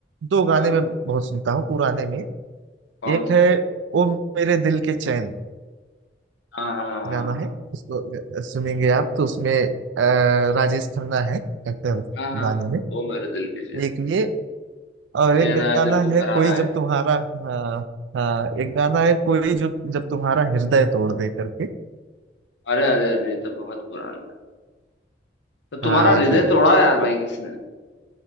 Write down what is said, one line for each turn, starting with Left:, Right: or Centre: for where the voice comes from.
Right: दो गाने
Left: हाँ
Right: मैं बहुत सुनता हूँ पुराने में एक
Left: कौन से
Right: है ओ मेरे दिल के चैन
Left: हाँ हाँ हाँ
Right: गाना है उसको अगर सुनेंगे आप तो उसमें अ, राजेश खन्ना है एक्टर
Left: हाँ हाँ, हाँ,
Right: गाने में
Left: वो मेरे दिल के चैन
Right: एक ये और
Left: चैन
Right: एक गाना
Left: आया दिल को
Right: है
Left: करारा
Right: कोई
Left: है
Right: जब तुम्हारा हाँ हाँ
Left: हाँ।
Right: एक गाना है कोई जो जब तुम्हारा हृदय तोड़ दे करके
Left: अरे अरे अरे ये तो बहुत पुराना है तो तुम्हारा
Right: हाँ
Left: हृदय
Right: तो ये-
Left: तोड़ा यार भाई किसने